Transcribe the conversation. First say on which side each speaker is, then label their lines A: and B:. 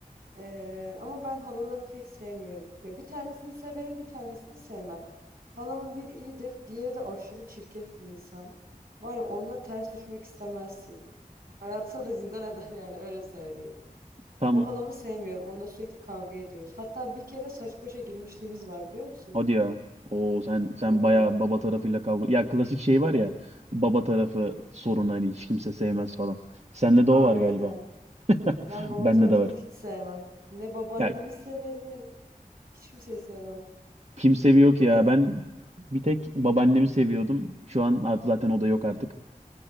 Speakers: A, on the right; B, on the right.
A: Ee, ama ben halalarımı pek sevmiyorum. Ya bir tanesini severim bir tanesini sevmem. Halamın biri iyidir. Diğeri de aşırı çirkef bir insan. Var ya onunla ters düşmek istemezsin. Hayat sana zindan eder yani öyle söyleyeyim.
B: Tam
A: O halamı sevmiyorum. Onunla sürekli kavga ediyoruz. Hatta bir kere saç başa girmişliğimiz var biliyor musun?
B: hadi ya. Oo sen sen
A: Tabii.
B: bayağı baba tarafıyla kavga. Ya klasik şey var ya. Baba tarafı sorun hani hiç kimse sevmez falan. Sende
A: Aynen.
B: de o var galiba. <laughs>
A: Ben baba
B: Bende
A: tarafını
B: de var.
A: hiç sevmem. Ne babaannemi
B: Ya
A: severim. Hiç kimseyi sevmem.
B: Kim seviyor ki ya?
A: En
B: Ben bir tek babaannemi seviyordum. Şu an artık zaten o da yok artık.